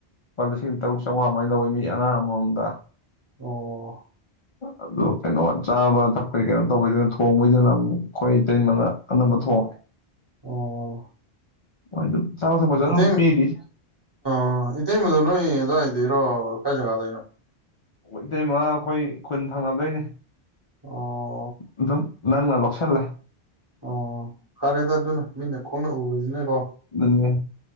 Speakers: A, on the left; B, on the right.
A: ꯂꯨꯄꯥ ꯂꯤꯁꯤꯡ ꯇꯔꯨꯛ ꯆꯥꯝꯃꯉꯥ ꯃꯃꯥꯏꯅ ꯂꯧꯋꯦ ꯃꯤ ꯑꯉꯥꯡ ꯑꯃꯃꯝꯗ
B: ꯑꯣ
A: ꯑꯗꯨ ꯀꯩꯅꯣ ꯆꯥꯕ ꯊꯛꯄꯩ ꯀꯩꯅꯣ ꯇꯧꯕꯩꯗꯅ ꯊꯣꯡꯕꯩꯗꯨꯅ ꯑꯃꯨꯛ ꯑꯩꯈꯣꯏꯇꯩ ꯃꯅ ꯑꯅꯝꯕ ꯊꯣꯡꯉꯦ
B: ꯑꯣ
A: ꯃꯣꯏꯗꯨ ꯆꯥꯕꯥ ꯊꯛꯞꯁꯨ ꯑꯗꯨꯝ
B: ꯏꯇꯩ
A: ꯄꯤꯔꯤ
B: ꯑꯣ ꯏꯇꯩꯃꯗꯨ ꯅꯣꯏ ꯑꯗꯨꯋꯥꯏꯗꯏꯔꯣ ꯀꯥꯏ ꯖꯒꯥꯗꯩꯅꯣ
A: ꯏꯇꯩꯃ ꯑꯩꯈꯣꯏ ꯈꯨꯟ ꯊꯪꯅꯕꯗꯩꯅꯤ
B: ꯑꯣ
A: ꯑꯗꯨ ꯅꯪꯅ ꯂꯧꯁꯥꯅꯂꯦ
B: ꯑꯣ ꯐꯔꯦꯗ ꯑꯗꯨꯅ ꯃꯤꯠꯅ ꯈꯣꯡꯅ ꯎꯕꯅꯤꯅꯀꯣ
A: ꯑꯗꯨꯅꯦ